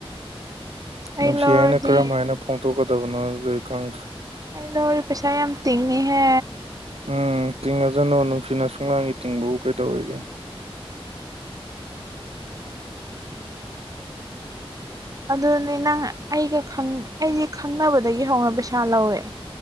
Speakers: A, on the right (about 35°); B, on the right (about 80°).
A: ꯑꯩ
B: ꯅꯨꯡꯁꯤ
A: ꯂꯧꯔꯗꯤ
B: ꯑꯩꯅ ꯀꯔꯝ ꯍꯥꯏꯅ ꯐꯣꯡꯗꯣꯛꯀꯗꯕꯅꯣꯕꯗꯤ ꯈꯪꯗ꯭ꯔꯦ
A: ꯑꯩꯩꯅꯣ ꯍꯖꯤ ꯄꯩꯁꯥ ꯌꯥꯝ ꯇꯤꯡꯅꯤꯍꯦ
B: ꯎꯝ ꯇꯤꯡꯉꯁꯅꯨ ꯅꯨꯡꯁꯤꯅ ꯁꯨꯡꯅꯥꯥꯡꯒꯤ ꯇꯤꯡꯕꯕꯨ ꯀꯩꯗꯧꯋꯒꯦ <inaudible>
A: ꯑꯗꯨꯅꯤ ꯅꯪ ꯑꯩꯒ ꯑꯩꯁ ꯈꯪꯅꯕꯗꯒꯤ ꯍꯧꯅ ꯄꯩꯁꯥ ꯂꯧꯋꯦ